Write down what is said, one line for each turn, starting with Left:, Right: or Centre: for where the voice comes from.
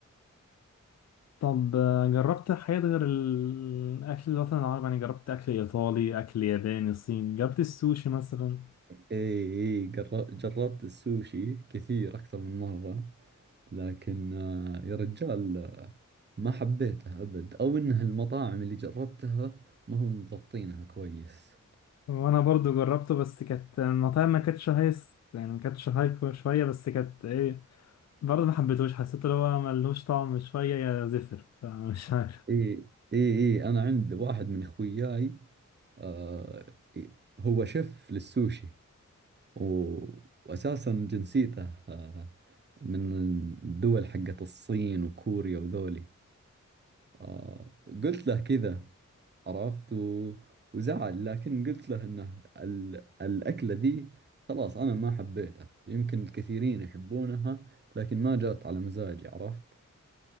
Left: طب آه، جربت حاجات غير الأكل الوطني العربي يعني جربت أكل إيطالي أكل ياباني صيني جربت السوشي مثلا
Right: اي اي جر- جربت السوشي كثير أكثر من مرة لكن آه، يا رجال ما حبيتها أبد أو إنها المطاعم اللي جربتها ما هم مضبطينها كويس
Left: وأنا برضو جربته بس كانت المطاعم ما كانتش هايس يعني ما كانتش هاي شوية بس كانت إيه برضه ما حبيتهوش حسيت اللي هو ملهوش طعم شوية يا زفر فمش عارف
Right: إي إي إي أنا عند واحد من إخوياي آه إي- هو شيف للسوشي و... وأساسا جنسيته آه من الدول حقت الصين وكوريا وذولي آه قلت له كذا عرفت و... وزعل لكن قلت له انه ال... الأكلة ذي خلاص أنا ما حبيتها يمكن الكثيرين يحبونها لكن ما جات على مزاجي عرفت